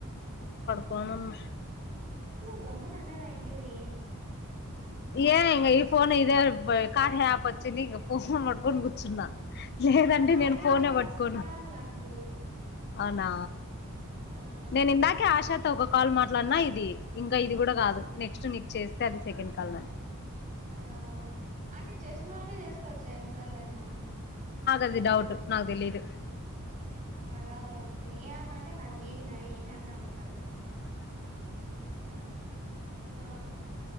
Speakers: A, on the left (about 50°); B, on the right (about 35°).
A: బనానా
B: నువ్వు గమ్మని ఉండవు ఏంటివి
A: ఏన్ ఇం ఈ పోన్ ఇదే కార్ హ్యాప్ వచ్చంది ఇం ఫన్ మట్క కూర్చున్నా లేదంటే
B: నాది
A: నేను ఫోనే
B: ఇది
A: పట్టుకోను
B: ఫస్ట్ కాల్ నాకు
A: అవునా
B: ఆ
A: నేను ఇందాకే ఆశా ఒక కాల్ మాట్లాడినా ఇది ఇంకా ఇది కూడా కాదు నెక్స్ట్ నీకు చేస్తే అది సెకండ్ కాల్ నది
B: ఆ అంటే చేసిన వాళ్ళక చేసుకోవచ్చా ఎన్నిసార్లయినా
A: అది డౌట్ నాకు తెలీదు
B: అడగాలవా వంశి ని ఏ అన్నా అంటే నావి చేని నావి చేని అంటే ఉంటాడు ఆ